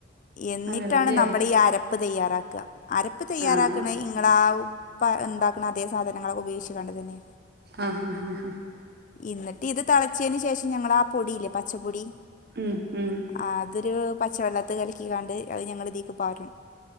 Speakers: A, on the left; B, on the right.
A: എന്നിട്ടാണ്
B: അങ്ങനല്ലയോ
A: നമ്മളീ അര പ്പ് തയ്യാറാക്ക. അരപ്പ് തയ്യാറാക്കണയ്
B: ആഹ്
A: ഇങ്ങളാ പ ഇണ്ടാക്കണ അതേ സാധനങ്ങളൊക്കെ ഉപയോഗിച്ച്ങ്ങാണ്ടന്നെ
B: ആഹ് ആഹ് ആഹ്.
A: ഇന്നിട്ട് ഇത് തളച്ചതിന് ശേഷം ഞങ്ങളാ പൊടിയില്ലേ പച്ചപ്പൊടി?
B: ഉം ഉം.
A: ആ അതൊരു പച്ചവെള്ളത്ത് കലിക്കിക്കാണ്ട് അത് ഞങ്ങളിതീക്ക് പാരും.